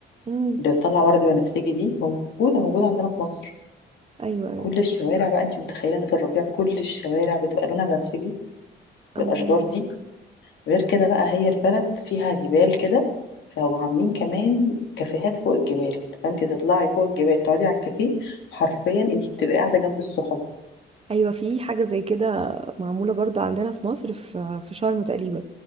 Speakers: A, on the right (about 30°); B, on the left (about 70°).
A: امم
B: اللي بتطلع ورد بنفسجي دي موجوده موجوده عندنا في مصر
A: ايوه ايوه
B: كل الشوارع بقى انت متخيله ان في الربيع كل الشوارع بتبقى لونها بنفسجي والاشجار
A: أم-
B: دي غير كده بقى هي البلد فيها جبال كده فهو عاملين كمان كافيهات فوق الجبال فانت تطلعي فوق الجبال تقعدي على الكافيه حرفيا انت بتبقي قاعده جنب السحب
A: ايوه في حاجه زي كده معموله برضو عندنا في مصر في في شرم تقريبا